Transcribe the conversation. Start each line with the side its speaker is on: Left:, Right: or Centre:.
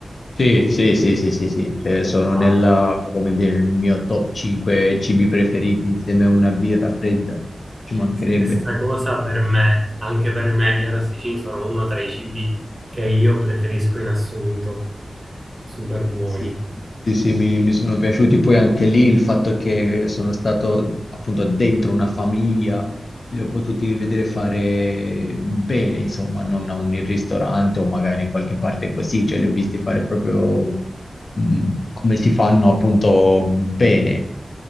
Left: Sì, sì, sì, sì, sì, sì. Cioè, sono
Right: Ah,
Left: nella, come dire, il mio top 5 cibi preferiti insieme a una birra fredda, ci mancherebbe.
Right: stessa cosa per me, anche per me gli arrosticini sono uno tra i cibi che io preferisco in assoluto, super buoni.
Left: Sì, sì, sì, mi, mi sono piaciuti. Poi anche lì il fatto che sono stato appunto dentro una famiglia, li ho potuti vedere fare bene, insomma, non a un ristorante o magari in qualche parte così, cioè li ho visti fare proprio mh, come si fanno appunto bene.